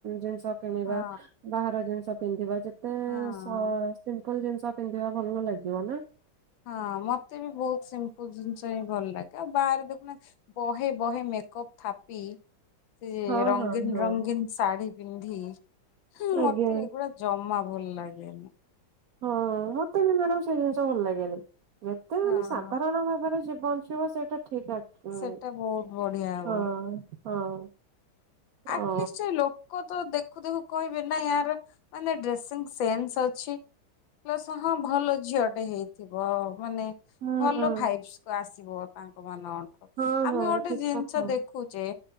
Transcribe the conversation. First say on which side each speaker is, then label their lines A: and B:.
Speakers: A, on the right (about 70°); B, on the left (about 70°).
A: ଜିନିଷ କିଣିବା
B: ହଁ
A: ବାହାର ଜିନିଷ ପିନ୍ଧିବା ଯେତେ
B: ହଁ।
A: ସ ସିମ୍ପଲ୍ ଜିନିଷ ପିନ୍ଧିବା ଭଲ ଲାଗିବ ନା।
B: ହଁ ମତେ ବି ବହୁତ ସିମ୍ପଲ୍ ଜିନିଷ ହିଁ ଭଲ ଲାଗେ ଆଉ ବାହାରେ ଦେଖୁନା ବହେ ବହେ ମେକଅପ୍ ଥାପି ସେ
A: ହଁ
B: ରଙ୍ଗୀନ୍‌
A: ହଁ ହଁ
B: ରଙ୍ଗୀନ୍‌ ଶାଢୀ ପିନ୍ଧି ହୁଁ
A: ଆଜ୍ଞା।
B: ମତେ ଏଗୁଡା ଜମା ଭଲ ଲାଗେନି।
A: ହଁ ମତେ ବି ମ୍ୟାଡାମ୍ ସେଇ ଜିନିଷ ଭଲ ଲାଗେନି ଯେତେ
B: ହଁ।
A: ମାନେ ସାଧାରଣ ଭାବରେ ଜୀବନ ଚିଅ ସେଇଟା ଠିକ୍ ଅ
B: ସେଟା ବହୁତ ବଢିଆ ହବ
A: ହଁ ହଁ।
B: ଆଟଲିଷ୍ଟ
A: ଓ
B: ସେ ଲୋକ ତ ଦେଖୁ ଦେଖୁ କହିବେ ନା ୟାର ମାନେ ଡ୍ରେସିଂସେନ୍ସ ଅଛି ପ୍ସ ହଁ ଭଲ ଝିଅ ଟେ ହେଇଥିବ ମାନେ
A: ହୁଁ
B: ଭଲ
A: ହୁଁ
B: ଭାଇସ୍‌ ତ ଆସିବ ତାଙ୍କ ମାନଙ୍କଠୁ
A: ହଁ
B: ଆମେ
A: ହଁ
B: ଗୋଟେ
A: ଠିକ
B: ଜିନିଷ
A: କଥା
B: ଦେଖୁଚେ